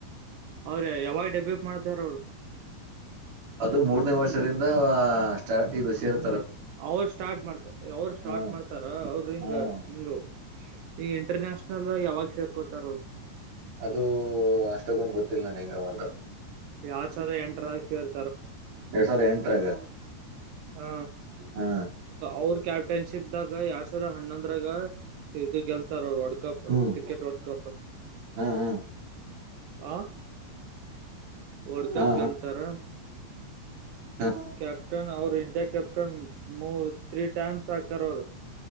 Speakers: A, on the right; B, on the right.
A: ಅವ್ರ ಯಾವಾಗ ಡಬ್ಬ್ಯ ಮಾಡ್ತಾರ ಅವರು
B: ಅದು ಮೂರ್ನೇ ವರ್ಷದಿಂದ ಸ್ಟಾರ್ಟ್ ಇದು ಸೇರ್
A: ಅವರು ಸ್ಟಾರ್ಟ್ ಮಾಡ್ತ ಅವ್ರ ಸ್ಟಾರ್ಟ್
B: ಹಾ
A: ಮಾಡ್ತಾರ ಅವ್ರ ಹಿಂಗ
B: ಹ್ಮ
A: ಹಿಂಗ ಈಗ ಇಂಟರ್ನ್ಯಷನಲ್ ಯಾವಾಗ ಸೇರ್ಕೋತಾರ ಅವರು
B: ಅದು ಅಷ್ಟಕ್ಕೊಂದು್ ಗೊತ್ತಿಲ್ಲ ನನಗ ಅವರ್್ದ
A: ಯ ಸದ ಎಂಟರಕ್ಷಿರ್
B: ಎರಡ್ ಸಾವಿರದ ಎಂಟರಾಗ
A: ಹಾ
B: ಹಾ
A: ಅವ್ರ ಕ್ಯಾಪ್ಟನ್ಸಿ ಶಿಬ್ದಾಗ ಯಾವ ಸರ ಹಣ್ಣೊಂದ್ರಾಗ ಇ ಗೆಲ್ತಾರ ಒ ಕಪ್
B: ಹ್ಮ್
A: ಕ್ರಿಕೆಟ್ ವರ್ಲ್ಡ್ ಕಪ್
B: ಹಾ ಹಾ
A: ಹ ವರ್ಡ್ ಕಪ್
B: ಹಾ
A: ಗೆಲ್ತಾರ
B: ಹಾ
A: ಕ್ಯಾಪ್ಟನ್ ಅವರು ಇಂಡಿಯಾ ಕೆ್ಯಾಪ್ಟನ್ ಮೂ ತ್ರೀ ಟೈಮ್ಸ್ ಹಾಕ ಅವ